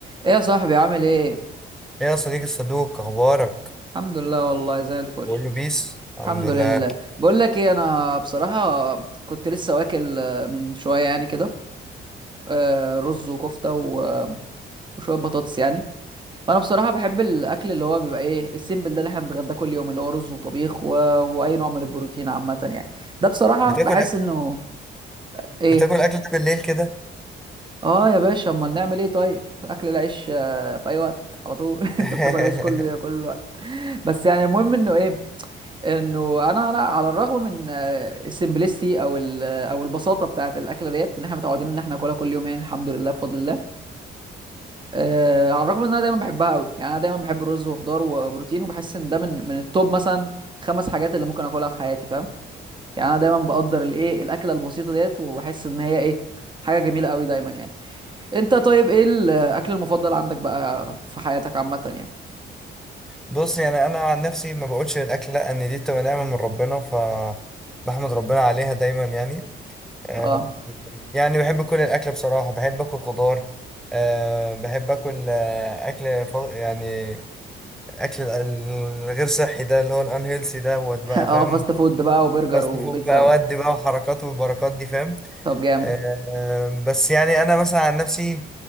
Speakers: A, on the right; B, in the centre.
A: ايه يا صاحبي عامل ايه
B: ايه يا صديقي الصدوق اخبارك
A: الحمد لله والله زي الفل
B: بقول له بيس الحمد
A: الحمد
B: لله
A: لله بقول لك ايه انا بصراحه كنت لسه واكل آه، من شويه يعني كده آه، رز وكفته و- آه، وشويه بطاطس يعني فانا بصراحه بحب الاكل اللي هو بيبقى ايه السيمبل ده اللي احنا بنتغداه كل يوم اللي هو رز وطبيخ و... واي نوع من البروتين عامه يعني ده بصراحه
B: بتاكل
A: بحس
B: أك...
A: انه ايه
B: بتاكل اكل بالليل كده
A: اه يا باشا امال نعمل ايه طيب اكل العيش آه، في اي وقت على طول <laughs>
B: <laughs>
A: انت بتاكل عيش كل كل وقت بس يعني المهم انه ايه انه انا انا على الرغم من السمبلستي او ال- او البساطه بتاعه الاكله ديت اللي احنا متعودين ان احنا ناكلها كل يوم يعني الحمد لله بفضل الله آه على الرغم ان انا دايما بحبها قوي يعني انا دايما بحب الرز وخضار وبروتين وبحس ان ده من من التوب مثلا خمس حاجات اللي ممكن اكلها في حياتي فاهم يعني انا دايما بقدر الايه الاكله البسيطه ديت وبحس ان هي ايه حاجه جميله قوي دايما يعني انت طيب ايه الاكل المفضل عندك بقى في حياتك عامه يعني
B: بص يعني انا عن نفسي ما بقولش الاكل لا ان دي بتبقى نعمه من ربنا ف بحمد ربنا عليها دايما يعني آه،
A: اه
B: يعني بحب كل الاكل بصراحه بحب اكل خضار أه بحب اكل آه، اكل ف... يعني اكل ال- الغير صحي ده اللي هو الانهيلسي ده بقى
A: <laughs> اه
B: فاهم
A: فاست فود بقى وبرجر
B: فاست
A: وبيتزا
B: فود بقى
A: و...
B: ودي بقى وحركات والبركات دي فاهم
A: طب جامد
B: آه، بس يعني انا مثلا عن نفسي